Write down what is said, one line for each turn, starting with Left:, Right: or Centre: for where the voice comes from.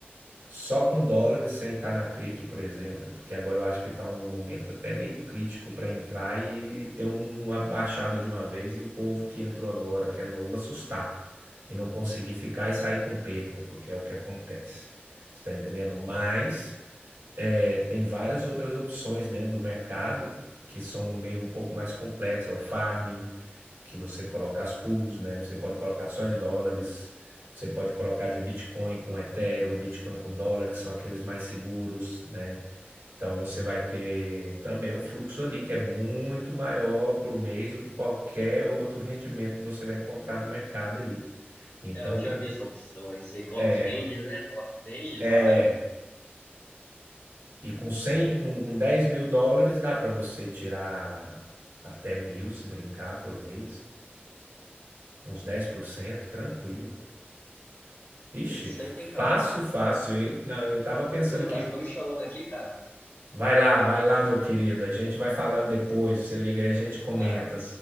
Right: Só com dólares, sem estar na cripto, por exemplo, porque agora eu acho que está um momento até meio crítico para entrar e ter uma baixada de uma vez e o povo que entrou agora, que é novo, assustar e não conseguir
Left: Hum.
Right: ficar e sair com perda, porque é o que acontece. Você está entendendo? Mas é, tem várias outras opções dentro do mercado que são meio um pouco mais complexas, é o farming, que você coloca as pools, né? Você pode colocar só de dólares, você pode colocar de Bitcoin com Ethereum, Bitcoin com dólar, que são aqueles mais seguros, né? Então você vai ter também um fluxo ali que é muito maior por mês do que qualquer outro rendimento que você vai encontrar no mercado aí. Então,
Left: É, eu já
Right: com,
Left: vi essa opção aí. Você coloca
Right: é,
Left: os ranges, né? Coloca os ranges
Right: é,
Left: lá e.
Right: e com cem com, com 10 mil dólares dá para você tirar até mil, se brincar, por mês, uns 10%, tranquilo. Ixi,
Left: Interessante, hein, cara?
Right: fácil, fácil. E- Não, eu tava pensando
Left: E o Lucas,
Right: aqui.
Left: estão me chamando aqui, cara.
Right: Vai lá, vai lá, meu querido. A gente vai falando depois. Você liga aí, a gente comenta.
Left: Cara,